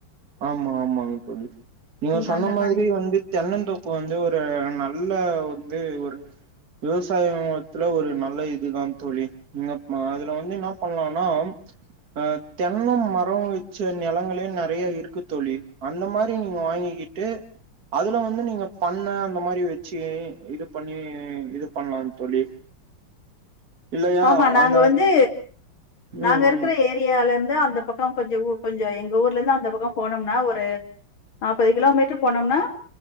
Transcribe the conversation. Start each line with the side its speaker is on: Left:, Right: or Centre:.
Right: ஆமா ஆமாங்க தோழி நீங்க
Left: ம்
Right: சொன்ன
Left: அந்த
Right: மாதிரி
Left: மாரி.
Right: வந்து தென்னந்தோப்பு வந்து ஒரு நல்ல வந்து ஒரு விவசாயத்துல ஒரு நல்ல இதுதான் தோழி இந்தப் மா அதுல வந்து என்ன பண்ணலானா அ தென்ன மர வ ச்ச நிலங்களே நெறைய இருக்கு தோழி அந்த மாரி நீங்க வாங்கிக்கிட்டு அதுல வந்து நீங்க பண்ண அந்த மாரி வச்சு இது பண்ணி இது பண்ணலா தோழி <inaudible> இல்லையா
Left: ஆமா நாங்க
Right: அந்த
Left: வந்து நாங்க
Right: ம்
Left: இருக்கிற
Right: ம்
Left: ஏரி தியால இருந்து அந்த பக்க கொஞ்சம்ஊ கொஞ்ச எங்க ஊர்ல இருந்து அந்த பக்கம் போனோம்ன ஒரு நாப்பது கிலோ மீட்டர் போனோம்னா